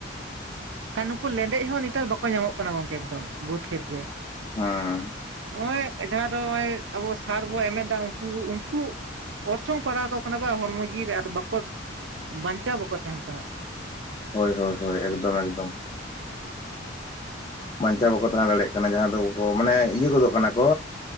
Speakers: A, on the right; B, on the left.
A: ᱠᱷᱟᱱ ᱱᱩᱠᱩ ᱞᱮᱸᱰᱮᱡ ᱦᱚᱸ ᱱᱮᱛᱟᱨ ᱵᱟᱠᱚ ᱧᱟᱢᱚᱜ ᱠᱟᱱᱟ ᱜᱚᱝᱠᱮ ᱮᱠᱫᱚᱢ ᱵᱩᱫᱽ ᱠᱷᱮᱛ ᱨᱮ
B: ᱦᱚᱸ
A: ᱱᱚᱜ ᱚᱭ ᱡᱟᱦᱟᱸᱫᱚ ᱱᱚᱜᱼᱚᱭ ᱟᱵᱚ ᱥᱟᱨ ᱵᱚ ᱮᱢᱮᱫᱟ ᱩᱱᱠᱩ ᱩᱱᱠᱩ ᱚᱨᱥᱚᱝ ᱯᱟᱲᱟᱣ ᱟᱠᱚ ᱠᱟᱱᱟ ᱵᱟᱝ ᱦᱚᱲᱢᱚ ᱡᱤᱣᱤ ᱨᱮ ᱟᱫᱚ ᱵᱟᱠᱚ ᱵᱟᱧᱪᱟᱣ ᱵᱟᱠᱚ ᱛᱟᱦᱮᱱ ᱠᱟᱱᱟ
B: ᱦᱳᱭ ᱦᱳᱭ ᱦᱳᱭ ᱮᱠᱫᱚᱢ ᱮᱠᱫᱚᱢ ᱵᱟᱧᱪᱟᱣ ᱵᱟᱠᱚ ᱛᱟᱦᱮᱸ ᱫᱟᱲᱮᱭᱟᱜ ᱠᱟᱱᱟ ᱡᱟᱦᱟᱸ ᱫᱚ ᱢᱟᱱᱮ ᱤᱭᱟᱹ ᱜᱚᱫᱚᱜ ᱠᱟᱱᱟ ᱠᱚ